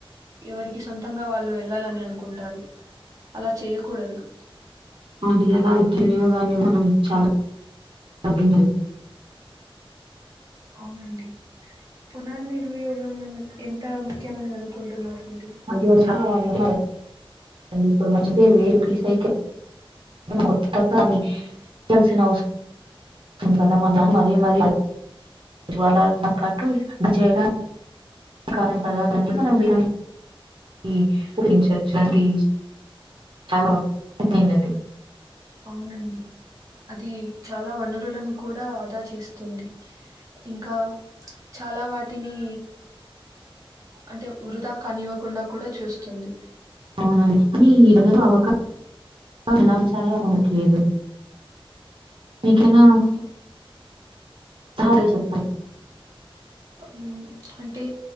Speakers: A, on the right; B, on the right.
A: ఎవరికి సొంతంగా వాళ్ళు వెళ్ళాలని అనుకుంటారు, అలా చేయకూడదు
B: అంటి ఎలా విద్యునియోగాన్ని మనం చాలా తగ్గింద
A: అవునండి, పునర్నిర్వియోగం ఎంత ముఖ్యమని అనుకుంటున్నారు మీరు
B: మళ్ళి చాలా <inaudible> ఇప్పుడు మంచి రీసైకిల్ కొత్త దాన్ని లిసిన అవసరం ఉంది కదా మనా మరీ మరీ జ్వాల పాటు అది చేయడానికాని పదాలన్ని మనం వినవించచ్చు అది చాలాది
A: అవునండి అది చాలా వనరులను కూడా ఆదా చేస్తుంది, ఇంకా చాలా వాటిని అంటే వృధా కానివ్వకుండా కూడా చూస్తుంది
B: అవునా కానీ ఈ ప్రజలు అవక ఎలాయించాలో ట్లేదు ఇకనా
A: అవును
B: సరే చెప్పు
A: ఉమ్ అంటే